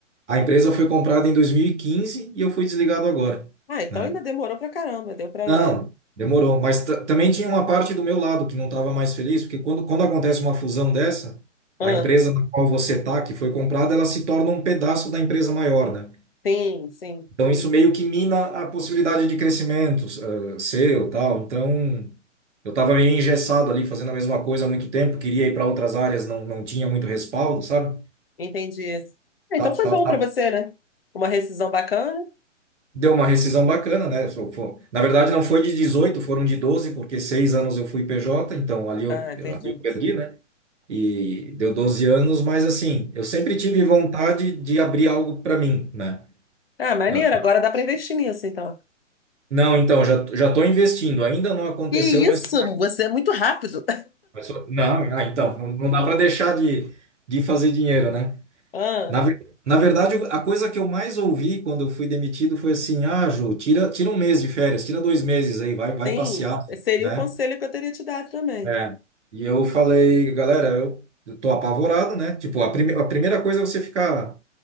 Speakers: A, on the right; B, on the left.
A: a empresa foi comprada em 2015 e quinze e eu fui desligado agora,
B: Ah, então
A: né?
B: ainda demorou pra caramba, deu pra...
A: Não, demorou, mas ta- também tinha uma parte do meu lado que não estava mais feliz, porque quando, quando acontece uma fusão dessa,
B: Ah,
A: a empresa na qual você está, que foi comprada, ela se torna um pedaço da empresa maior, né?
B: sim, sim,
A: Então, isso meio que mina a possibilidade de crescimento, eh, seu, tal. Então, eu estava meio engessado ali, fazendo a mesma coisa há muito tempo, queria ir para outras áreas, não, não tinha muito respaldo, sabe?
B: entendi. Ah,
A: Tá-
B: então foi
A: tá-
B: bom
A: tá-
B: pra você, né? Uma rescisão bacana?
A: Deu uma rescisão bacana, né? Fo- fo- Na verdade, não foi de 18, foram de 12, porque seis anos eu fui PJ, então ali eu,
B: Ah, entendi.
A: eu- ali eu perdi, né? E deu 12 anos, mas assim, eu sempre tive vontade de abrir algo para mim, né?
B: Ah, maneiro,
A: Pra-
B: agora dá pra investir nisso, então.
A: Não, então, já, já estou investindo, ainda não aconteceu,
B: Que isso?
A: mas
B: Você é muito rápido.
A: Começou- Não, ah, então, não não dá para deixar de, de fazer dinheiro, né?
B: <laughs>
A: Na, ver-
B: Ah.
A: na verdade, a coisa que eu mais ouvi quando eu fui demitido foi assim: ah, Ju, tira, tira um mês de férias, tira dois meses aí, vai, vai
B: Sim,
A: passear,
B: seria
A: né?
B: o conselho que eu teria te dado também.
A: É. E eu falei, galera, eu eu tô apavorado, né? Tipo, a, prime, a primeira coisa é você ficar